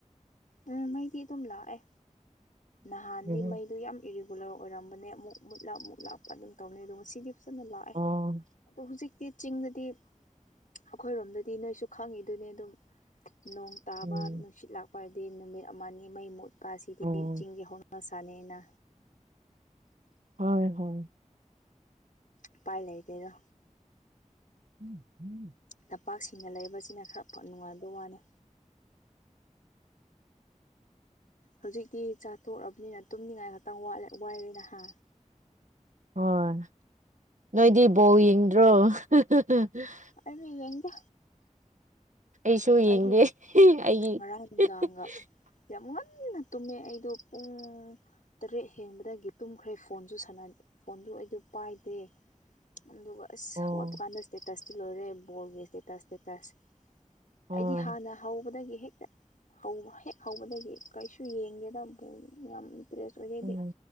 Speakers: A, on the left; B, on the right.
A: ꯎꯝ ꯃꯩꯗꯤ ꯑꯗꯨꯝ ꯂꯥꯛꯑꯦ ꯅꯍꯥꯟꯗꯤ
B: ꯎꯝ
A: ꯃꯩꯗꯨ ꯌꯥꯝ ꯏꯔꯤꯒꯨꯂꯔ ꯑꯣꯏꯔꯝꯕꯅꯦ ꯑꯃꯨꯛ ꯃꯨꯠꯂ ꯑꯃꯨꯛ ꯂꯥꯛꯄ ꯑꯗꯨꯝ ꯇꯧꯕꯅꯦ ꯑꯗꯨ ꯉꯁꯤꯗꯤ ꯐꯖꯅ ꯂꯥꯛꯑꯦ
B: ꯑꯣ
A: ꯑꯗꯣ ꯍꯧꯖꯤꯛꯇꯤ ꯆꯤꯡꯗꯗꯤ ꯑꯩꯈꯣꯏꯔꯣꯝꯗꯗꯤ ꯅꯣꯏꯁꯨ ꯈꯪꯉꯤꯗꯨꯅꯤ ꯑꯗꯨꯝ ꯅꯣꯡ ꯇꯥꯕ
B: ꯎꯝ
A: ꯅꯨꯡꯁꯤꯠ ꯂꯥꯛꯄ ꯍꯥꯏꯗꯤ ꯅꯨꯃꯤꯠ ꯑꯃ ꯅꯤ ꯃꯩ ꯃꯨꯠꯄ ꯑꯁꯤꯗꯤ
B: ꯑꯣ
A: ꯆꯤꯡꯒꯤ ꯍꯧꯅ ꯁꯥ ꯁꯥꯅꯤꯅꯥ
B: ꯍꯣꯏ ꯍꯣꯏ
A: ꯎꯄꯥꯏ ꯂꯩꯇꯦꯗ
B: <unintelligible>
A: ꯂꯝꯄꯥꯛꯁꯤꯡꯅ ꯂꯩꯕꯁꯤꯅ ꯈꯔ ꯅꯨꯡꯉꯥꯏꯕ ꯋꯥꯅꯤ ꯍꯧꯖꯤꯛꯇꯤ ꯆꯥꯇꯣꯛꯔꯕꯅꯤꯅ ꯇꯨꯝꯅꯤꯡꯉꯥꯏ ꯈꯇꯪ ꯋꯥꯠꯂꯦ ꯋꯥꯏꯔꯦꯅꯦ ꯍꯥ
B: ꯍꯣꯏ ꯅꯣꯏꯗꯤ ꯕꯣꯜ ꯌꯦꯡꯗ꯭ꯔꯣ <unintelligible>
A: ꯑꯩꯔꯣ ꯌꯦꯡꯗꯦ
B: ꯑꯩꯁꯨ ꯌꯦꯡꯗꯦ
A: ꯑꯩꯗꯤ
B: ꯑꯩꯒꯤ
A: ꯉꯔꯥꯡ
B: <unintelligible>
A: ꯅꯨꯡꯗꯥꯡꯒ ꯌꯥꯝ ꯉꯟꯅ ꯇꯨꯝꯃꯦ ꯑꯩꯗꯣ ꯄꯨꯡ ꯇꯔꯦꯠ ꯍꯦꯟꯕꯗꯒꯤ ꯇꯨꯝꯈ꯭ꯔꯦ ꯐꯣꯟꯁꯨ ꯁꯥꯅꯥ ꯐꯣꯟꯁꯨ ꯑꯩꯗꯨ ꯄꯥꯏꯗꯦ ꯑꯗꯨꯒ ꯑꯁ
B: ꯑꯣ
A: ꯍꯧꯒꯠꯄ ꯀꯥꯟꯗ ꯏꯁꯇꯦꯇꯁꯇꯤ ꯂꯣꯏꯔꯦ ꯕꯣꯜꯒꯤ ꯏꯁꯇꯦꯇꯁ ꯏꯁꯇꯦꯇꯁ
B: ꯍꯣꯏ
A: ꯑꯩꯗꯤ ꯍꯥꯟꯅ ꯍꯧꯕꯗꯒꯤ ꯍꯦꯛꯇ ꯍꯧꯕ ꯍꯦꯛ ꯍꯧꯕꯗꯒꯤ ꯀꯩꯁꯨ ꯌꯦꯡꯗꯦꯗ ꯕꯣꯜ ꯌꯥꯝ ꯏꯟꯇꯔꯦꯁ ꯑꯣꯏꯗꯦꯗꯤ
B: ꯎꯝ